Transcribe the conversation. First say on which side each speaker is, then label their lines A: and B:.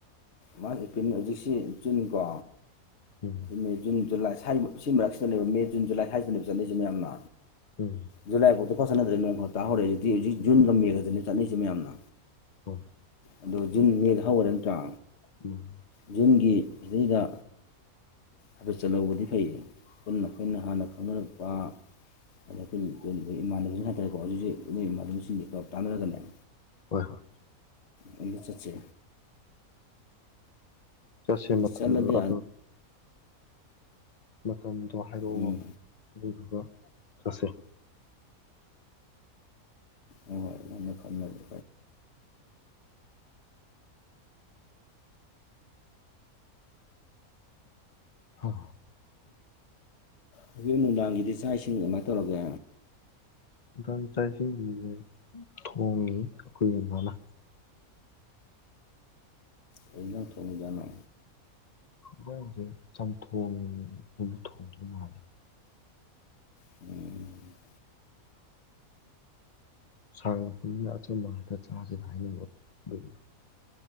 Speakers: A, on the left; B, on the left.
A: ꯃꯥꯔꯁ ꯑꯦꯄ꯭ꯔꯤꯜ ꯍꯧꯖꯤꯛꯁꯤ ꯖꯨꯟ ꯀꯣ꯫
B: ꯎꯝ
A: ꯃꯦ ꯖꯨꯟ ꯖꯨꯂꯥꯏ ꯁꯤ ꯃꯔꯛꯁꯤꯗꯅꯦꯕ ꯃꯦ ꯖꯨ ꯖꯂꯥꯏ꯭ꯥꯏꯁꯤꯅꯦꯕ ꯆꯠꯂꯤꯁꯁꯤ ꯃꯌꯥꯝꯅ꯫
B: ꯎꯝ
A: ꯖꯨꯂꯥꯏꯐꯥꯎꯗ ꯐꯠ ꯁꯠꯅꯗ꯭ꯔꯦ ꯅꯣꯡ ꯈꯔ ꯇꯥꯍꯧꯔꯦ ꯍꯧꯖꯤꯛꯇꯤ ꯍꯧꯖꯤꯛ ꯖꯨꯟꯒ ꯃꯦꯔꯗꯅꯦ ꯆꯠꯅꯁꯦ ꯃꯌꯥꯝꯅ꯫
B: ꯍꯣꯏ
A: ꯑꯗꯣ ꯖꯨꯟ ꯃꯦꯗ ꯍꯧꯔꯦ ꯅꯠꯇ꯭ꯔꯥ꯫
B: ꯎꯝ
A: ꯖꯨꯟꯒꯤ ꯁꯤꯗꯩꯗ꯫ ꯑꯗꯨ ꯆꯠꯍꯧꯕꯗꯤ ꯐꯩꯌꯦ ꯄꯨꯟꯅ ꯑꯩꯈꯣꯏꯅ ꯍꯥꯟꯅ ꯈꯪꯅꯔꯛꯄ__ ꯑꯗ ꯑꯩꯈꯣꯏ ꯂꯣꯏ ꯏꯃꯥꯟꯅꯕꯁꯤꯡ ꯍꯥꯏꯇꯥꯔꯦꯀꯣ ꯍꯧꯖꯤꯛꯖꯤ ꯅꯣꯏ ꯏꯃꯥꯟꯅꯕꯁꯤꯡꯁꯦ ꯇꯥꯟꯅꯔꯒꯅꯦ__
B: ꯍꯣꯏ ꯍꯣꯏ
A: ꯇꯗ ꯆꯠꯁꯦ
B: ꯆꯠꯁꯤ
A: ꯑꯗ
B: ꯃꯇꯝ
A: ꯆꯠꯂꯗꯤ
B: ꯑꯗꯨ ꯃꯇꯝꯗꯣ ꯍꯥꯏꯔꯛꯑꯣ
A: ꯎꯝ
B: ꯑꯗꯨꯗꯨꯒ ꯆꯠꯁꯦ꯫
A: ꯍꯣꯏ ꯃꯅ ꯈꯝꯅꯖꯦ
B: ꯍ
A: ꯍꯧꯖꯤꯛ ꯅꯨꯡꯗꯥꯡꯒꯤꯗꯤ ꯆꯥꯛ ꯏꯁꯤꯡ ꯑꯗꯨꯃꯥꯏꯅ ꯇꯧꯔꯒꯦ꯫
B: ꯏꯝꯐ ꯆꯥꯏꯁꯤꯡꯁꯤꯁꯦ ꯊꯣꯡꯉꯤ ꯑꯩꯈꯣꯏ ꯏꯃꯥꯅ꯫
A: ꯀꯩ ꯏꯟꯖꯥꯡ ꯊꯣꯡꯉꯤ ꯖꯠꯅꯣ꯫
B: ꯌꯦꯟꯖꯥꯡꯁꯦ ꯆꯝꯊꯣꯡꯉꯤꯅꯦ ꯃꯅ ꯊꯣꯡꯗꯧ ꯃꯥꯜꯂꯦ
A: ꯎꯝ
B: ꯁꯥꯡꯂꯛꯄꯅꯤꯅ ꯑꯆꯝꯕꯕ ꯉꯥꯛꯇ ꯆꯥꯁꯤꯦꯅ ꯍꯥꯏꯅꯤꯡꯕ ꯑꯗꯨꯅꯤ꯫